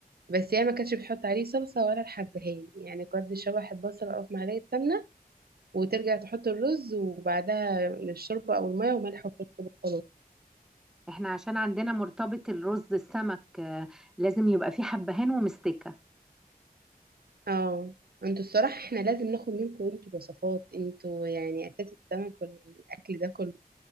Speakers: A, on the right; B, in the centre.
A: بس هي ما كانتش بتحط عليه صلصه ولا الحبهان يعني كنت شبح البصل او في معلقه سمنه وترجع تحط الرز وبعدها الشوربه او الميه وملح وفلفل وخلاص
B: احنا عشان عندنا مرتبط الرز السمك آه لازم يبقى فيه حبهان ومستكة
A: اه انتوا الصراحه احنا لازم ناخد منكم انتوا وصفات انتوا يعني اساس السمك والاكل ده كله